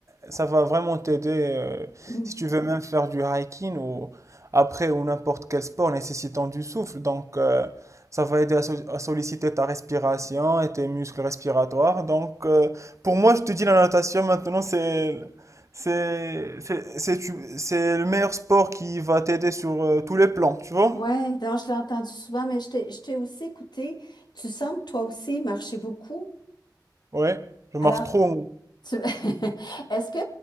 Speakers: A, on the right (about 40°); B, on the left (about 70°).
A: Ça va vraiment t'aider euh,
B: mm.
A: si tu veux même faire du hiking ou après ou n'importe quel sport nécessitant du souffle. Donc, euh, ça va aider à, so- à solliciter ta respiration et tes muscles respiratoires. Donc, euh, pour moi, je te dis la natation maintenant, c'est c'est c'est c'est tu- c'est le meilleur sport qui va t'aider sur euh, tous les plans, tu vois?
B: Oui, donc je l'ai entendu souvent, mais je t'ai je t'ai aussi écouté. Tu sembles toi aussi marcher beaucoup.
A: Ouais, je marche
B: Alors,
A: trop.
B: Tu- <laughs> Est-ce que